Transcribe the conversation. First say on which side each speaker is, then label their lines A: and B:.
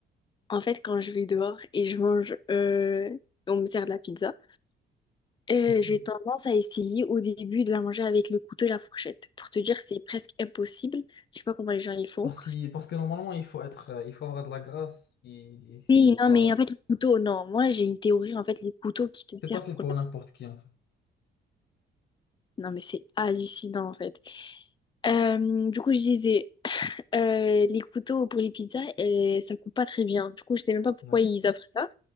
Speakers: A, on the left; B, on the left.
A: En fait, quand je vais dehors et je mange, euh, on me sert de la pizza, euh,
B: <laughs>
A: j'ai tendance à essayer au début de la manger avec le couteau et la fourchette. Pour te dire, c'est presque impossible. Je sais pas comment les gens y font.
B: Parce qu'il, parce que normalement, il faut être, euh, il faut avoir de la grâce. Il, il- c'est
A: Oui, non,
B: pas,
A: mais en fait, le couteau, non. Moi, j'ai une théorie, en fait, les couteaux qui te
B: c'est pas
A: servent
B: fait
A: pour
B: pour n'importe qui, en fait.
A: Non, mais c'est hallucinant en fait. Euh, du coup, je disais, <laughs> euh, les couteaux pour les pizzas, euh, ça coupe pas très bien. Du coup, je sais même pas pourquoi
B: Ouais.
A: ils offrent ça.